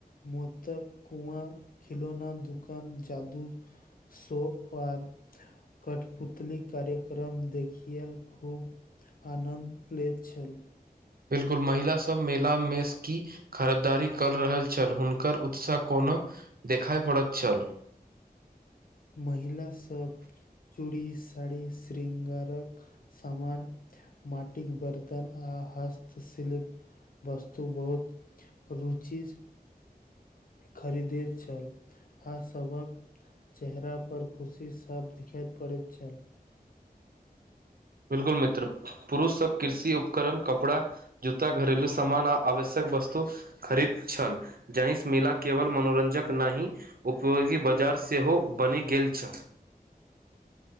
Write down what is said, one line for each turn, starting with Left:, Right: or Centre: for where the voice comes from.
Left: मुदा कुआँ खिलौना दोकान जादु शो आर <unintelligible> कठपुतली कार्यक्रम देखिय खूब आनन्द लैत छल
Right: बिलकुल महिला सब मेला मेस की खरीदारी कऽ रहल छल हुनकर उत्साह कोनो देखाइ पड़ैत छल
Left: महिला सब चूड़ी साड़ी श्रृंगारक सामान माटिक बर्तन आ हस्तशिल्प वस्तु बहुत रुचि खरीदैत छल आ सभक चेहरा पर खुशी साफ देखायत पड़ैत छल
Right: बिलकुल मित्र पुरुष सब कृषि उपकरण कपड़ा जूता घरलू सामान आ आवश्यक वस्तु खरीद छल जाहि सँ मेला केवल मनोरञ्जक नहि उपयोगी बाजार सेहो बनि गेल छल